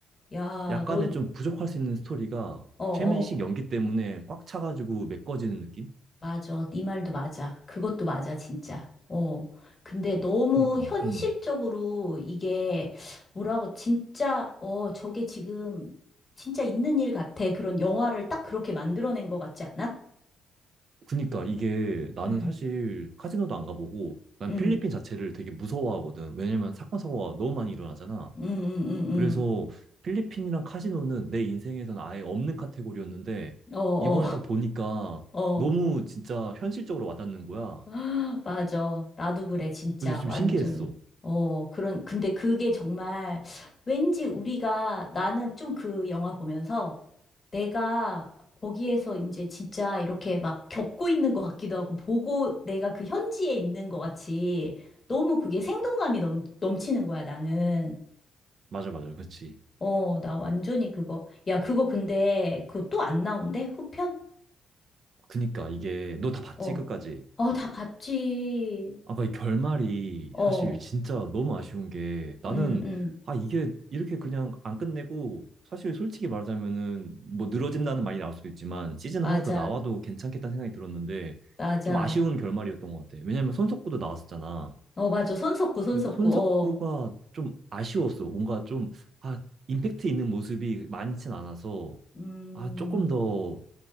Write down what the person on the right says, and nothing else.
약간의
좀 부족할 수 있는 스토리가
최민식 연기 때문에 꽉 차가지고 메꿔지는 느낌?
그니까,
음.
그니까 이게 나는
사실 카지노도 안 가보고 난
필리핀 자체를 되게 무서워하거든. 왜냐면 사건, 사고가 너무 많이 일어나잖아.
그래서
필리핀이랑 카지노는 내 인생에선 아예 없는 카테고리였는데
이번에 딱 보니까
너무 진짜 현실적으로 와닿는 거야.
그래서 좀
신기했어.
맞아, 맞아. 그렇지.
그니까 이게 너 다 봤지,
끝까지?
아까 이 결말이
사실 진짜 너무 아쉬운 게 나는
아 이게 이렇게 그냥 안 끝내고 사실 솔직히 말하자면은 뭐 늘어진다는 말이 나올 수도 있지만 시즌
하나 더 나와도 괜찮겠다는 생각이 들었는데
좀 아쉬운 결말이었던 것 같아. 왜냐면 손석구도 나왔었잖아.
근데
손석구가
좀 아쉬웠어. 뭔가 좀 아 임팩트 있는 모습이 많진 않아서
아 조금 더